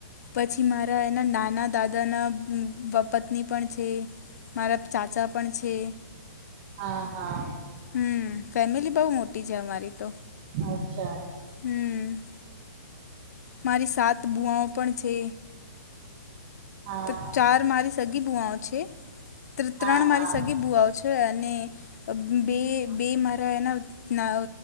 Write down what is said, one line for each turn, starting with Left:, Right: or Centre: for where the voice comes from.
Left: પછી મારા એના નાના દાદાના પત્ની પણ છે. મારા ચાચા પણ છે.
Right: હા હા
Left: હમ્મ ફેમિલી બહુ મોટી છે અમારી તો.
Right: અચ્છા.
Left: હમ્મ. મારી સાત બુઆઓ પણ છે.
Right: હા
Left: તો ચાર મારી સગી બુવાઓ છે તો ત્રણ
Right: હા
Left: મારી
Right: હા
Left: સગી બુઆઓ છે અને બે બે મારા એના